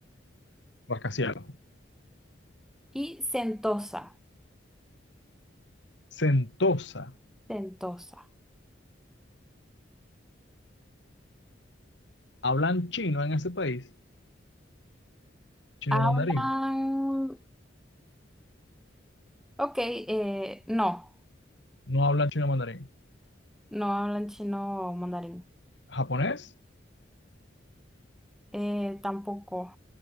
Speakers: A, on the left; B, in the centre.
A: rascacielos.
B: y Sentosa.
A: Sentosa.
B: Sentosa.
A: ¿Hablan chino en ese país? ¿Chino
B: Hablan,
A: mandarín?
B: ok, eh, no,
A: No hablan chino mandarín.
B: no hablan chino o mandarín.
A: ¿Japonés?
B: Eh, tampoco,